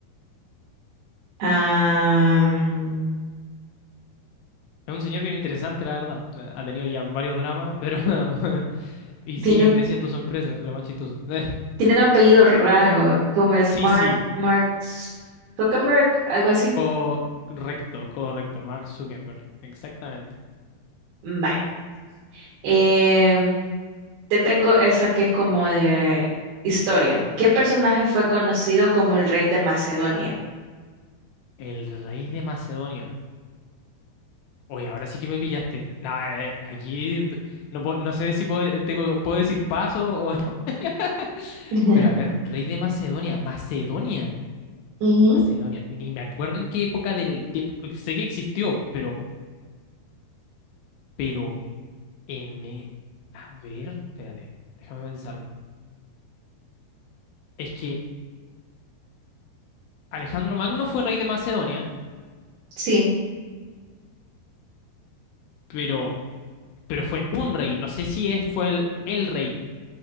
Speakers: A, on the right (about 75°); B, on the left (about 80°).
A: Am,
B: Es un señor bien interesante, la verdad. Eh, Ha tenido ya varios dramas, pero <laughs> y sigue
A: tiene,
B: creciendo su empresa, lo más chistoso. <laughs>
A: tiene un apellido raro, como es
B: Sí,
A: Mark,
B: sí,
A: Mark Zuckerberg, algo así.
B: correcto, correcto, Mark Zuckerberg, exactamente.
A: Vaya. Em, te tengo esa que es como de historia. ¿Qué personaje fue conocido como el rey de Macedonia?
B: El rey de Macedonia. Oye, ahora sí que me pillaste. Nah, eh, aquí no, puedo- no sé si puedo, eh, tengo, puedo decir paso o... <laughs>
A: <laughs>
B: Pero a ver, rey de Macedonia, Macedonia,
A: Ujú.
B: Macedonia.
A: Ujú,
B: Ni me acuerdo en qué época del tiempo. Sé que existió, pero, pero n a ver, espérate, déjame pensarlo. Es que Alejandro Magno fue rey de Macedonia,
A: Sí,
B: pero, pero fue un rey. No sé si es- fue el, el rey.